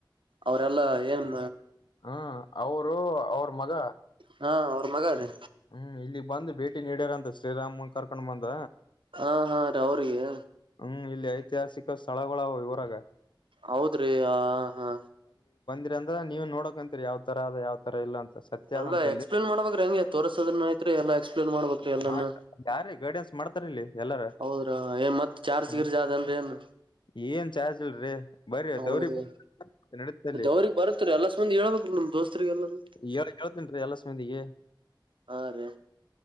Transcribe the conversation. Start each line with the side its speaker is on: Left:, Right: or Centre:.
Right: ಅವರೆಲ್ಲಾ ಏನ್
Left: ಹ್ಮ ಅವರು ಅವ್ರ ಮಗ
Right: ಹಾ ಅವ್ರ ಮಗ ಅದೆೇ
Left: ಹ್ಮ್ ಇಲ್ಲಿ ಬಂದು ಭೇಟಿ ನೀ್ಯಾರ ಅಂತ ಶ್ರೀರಾಮನ್ ಕರ್ಕೊಂಡ್ ಬಂದ
Right: ಹಾ ಹಾ ರ ಅವ್ರಿಗೆ
Left: ಹ್ಮ್ ಇಲ್ಲಿ ಐತಿಹಾಸಿಕ ಸ್ಥಳಗಳು ಇವರಾಗ
Right: ಹೌದ್ರಿ ಆ ಹಾ
Left: ಅ್ರ ನೀವು ನೋಡಕಂತೀರಿ ಯಾವ ತರ ಅದ ಯಾವ ತರ ಇಲ್ಲ ಅಂತ ಸತ್ಯ
Right: ಎಲ್ಲ
Left: ಅದಂತ ಅಲ್ಲಿ
Right: ಎಕ್ಸ್ಪ್ಲೇನ್ ಮಾಡಬೇಕಾಗ್ರ ಹೆಂಗೆ ತೋರ್ಸೋದನ ಐತ್ ಎಕ್ಪ್ಲನ್ ಏನ್ ಮಾಡ್ಬೇಕ್ರಿ ಎಲ್ಲಮ್ಮ
Left: ಹಾ ಯಾರೀ ಗೈಡೆನ್ಸ್ ಮಾಡ್ತಾರ ಇಲ್ಲಿ ಎಲ್ಲಾರ
Right: ಹೌದ್ರಾ ಏನ್ ಮತ್ ಚಾರ್ಜ್
Left: ಹ
Right: ಗಿರ್ಜ್ ಅದನ್ರಿ ಏನ್
Left: ಏನ್ ಚಾರ್ಜ್ಲ್ರಿ ಬರಿ
Right: ಹೌದ್ರಿ
Left: ದೌರಿ ನಡತಲ್ಲಿ
Right: ಅವ್ರಿಗೆ ಬರುತ್ರಿ ಎಲ್ಲಸ್ ಮಂದಿ ಹೇಳ್ಬೇಕ್ರಿ ನಿಮ್ ದೋಸ್ತ್ರಿಗ್ ಎಲ್ಲರಿ
Left: ಳ್ ಕೇಳ್ತೇನ್ೀ ಅಲಸ್್ಮಂದಿಗೆ
Right: ಹಾ ರ